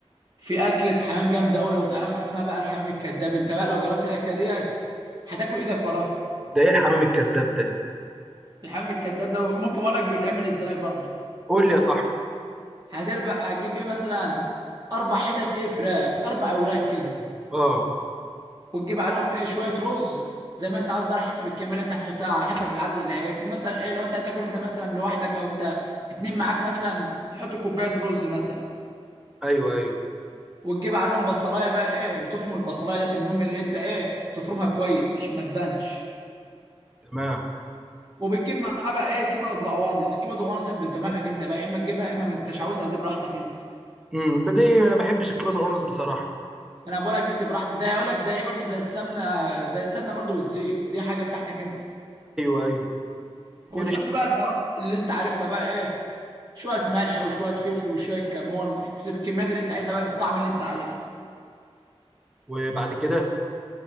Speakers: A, on the right (about 40°); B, in the centre.
A: في اكلة حمام جامدة قوي لو تعرفها اسمها بقى الحمام الكذاب انت بقى لو جربت الاكلة ديت هتاكل ايدك وراها
B: ده ايه الحمام الكذاب ده
A: الحمام الكذاب ده ممكن اقول لك بيتعمل ازاي برضه
B: قول لي يا صاحبي
A: هتربق هتجيب ايه مثلا اربع حتت ايه فراخ اربع اوراق كده
B: اه
A: وتجيب عليهم ايه شويه رز زي ما انت عاوز بقى على حسب الكميه اللي انت هتحطها على حسب العدد اللي هياكل مثلا ايه لو انت هتاكل انت مثلا لوحدك او انت اتنين معاك مثلا تحط كوبايه رز مثلا
B: ايوه ايوه
A: وتجيب عليهم بصلايه بقى ايه وتفرم البصلايه ديت المهم اللي انت ايه تفرمها كويس عشان ما تبانش
B: تمام
A: وبتجيب معاه بقى ايه كبد وقوانص الكبد والقوانص ده بدماغك انت بقى يا اما تجيبها يا اما ما انتش عاوزها دي براحتك انت
B: امم بدي انا ما بحبش الكبد والقرنص بصراحه
A: انا بقول لك دي بتبقى براحتك زي اقول لك زي ايه برضو زي السمنه زي السمنه برضو والزيت دي حاجه بتاعتك انت
B: ايوه ايوه
A: وبتحط
B: دي مش
A: بقى البهارات اللي انت عارفها بقى ايه شويه ملح وشويه فلفل وشويه كمون بتسيب الكميات اللي انت عايزها بقى بالطعم اللي انت عايزه
B: وبعد كده